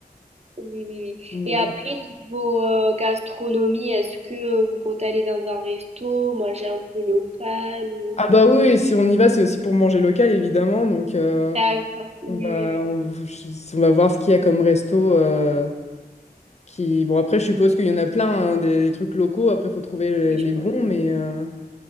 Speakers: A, on the right; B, on the left.
A: Oui, oui, oui.
B: Mais-
A: Et après, niveau euh, gastronomie, est-ce que vous comptez aller dans un resto, manger un peu local ou...
B: Ah bah oui, et si on y va, c'est aussi pour manger local, évidemment. Donc euh,
A: D'accord. Oui,
B: on va,
A: oui, oui.
B: on, je- on va voir ce qu'il y a comme resto. euh, qui... Bon, après, je suppose qu'il y en a plein, hein, des, des trucs locaux. Après, il faut trouver les,
A: Oui,
B: les
A: je
B: bons,
A: pense.
B: mais... euh,